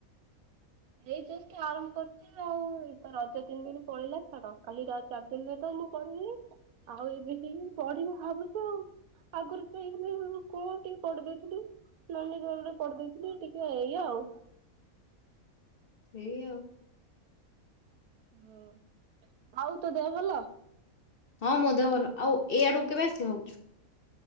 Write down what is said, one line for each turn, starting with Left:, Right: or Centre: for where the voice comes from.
Right: ଏଇ ଜସ୍ଟ ଆରାମ୍ଭ କରିଛି। ଆଉ ତ ରଜ ତିନି ଦିନ ପଳେଇିଲା ଛାଡ କାଲି ର ଚାରି ଦିନରେ ତ ମୁଁ ପଳିବି। ଆଉ ଏବେ ହି ପଢିବି ଭାବୁଛି ଆଉ ଆଗରୁ ଯଇଥିଲେ କହ ଟିକେ ପଢ଼ୀ ଦେଇଥିଲି ନାନୀ ଗଣରେ ପଡି ଦେଇଥିଲି ଟିକେ ଏଇ ଆଉ
Left: ଏଇ ଆଉ।
Right: ହୁଁ ଆଉ ତୋ ଦେହ ଭଲ?
Left: ହଁ ମୋ ଦେହ ଭଲ ଆଉ ଏଇ ଆଡକୁ କେବେ ଆସିବ?